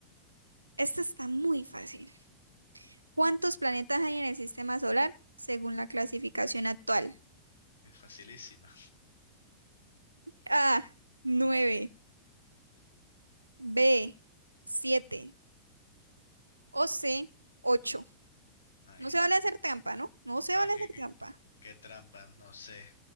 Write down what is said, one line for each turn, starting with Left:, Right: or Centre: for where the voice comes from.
Right: Esta está muy fácil. ¿Cuántos planetas hay en el sistema solar según la clasificación actual?
Left: Es facilísima.
Right: A, 9. B, 7. o C, 8.
Left: Ay,
Right: No se vale hacer trampa, ¿no? No se
Left: no,
Right: vale
Left: es que,
Right: hacer
Left: que-
Right: trampa.
Left: qué trampa, no sé.